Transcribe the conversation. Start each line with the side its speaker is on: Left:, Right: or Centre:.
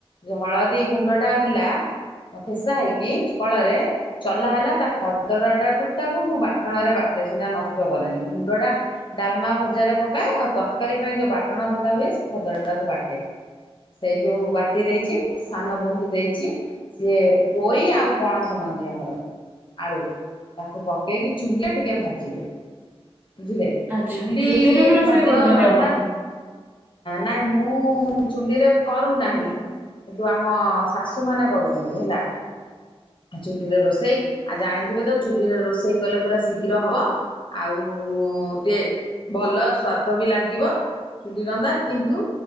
Left: ଯଉ ହଳଦୀ ଗୁଣ୍ଡଟା ହେଲା ଆଉ ଫେସା ହେଇକି କଳରେ। ଚଲା ହେଲା ତା ଖଦାଡାଟା କୁଟାକୁ ମୁଁ ବାଟଣାରେ ବାଟେ ସେଟା ନଷ୍ଟ କରେନି। ଗୁଣ୍ଡଟା ଡାଲମା ଭଜାରେ ପକାଏ ଆଉ ତରକାରୀ ପାଇଁ ଯୋଉ ବାଟଣା ବଟା ହୁଏ ଖଦଡାକୁ ବାଟେ। ସେଇ ଯୋଉ ବାଟି ଦେଇଛି ସାନ ବୋଉଙ୍କୁ ଦେଇଛି। ସିଏ ପୋଇ ଆଉ ପଣସ ମଞ୍ଜି ଆମର। ଆଳୁ ତାକୁ ପକେଇକି ଚୁଲିରେ ଟିକେ ଭାଜିବେ, ବୁଝିଲେ?
Right: ଆଚ୍ଛା
Left: ଚୁଲି
Right: ଚୁଲିରେ ବି ରୋଷେଇ
Left: ଖାଦ୍ୟ
Right: କରୁଛନ୍ତି
Left: ରନ୍ଧା,
Right: ଆପଣ?
Left: ନାଇଁ ମୁଁ ମୁଁ ଚୁଲିରେ କରୁନାହିଁ କିନ୍ତୁ ଆମ ଶାଶୁମାନେ କରୁଛନ୍ତି ହେଲା। ଚୁଲିରେ ରୋଷେଇ ଆଉ ଜାଣିଥିବେ ତ ଚୁଲିରେ ରୋଷେଇ କଲେ ପୁରା ଶୀଘ୍ର ହବ। ଆଉ ଟିକେ ଭଲ ସ୍ଵାଦ ବି ଲାଗିବ। ଚୁଲି ରନ୍ଧା କିନ୍ତୁ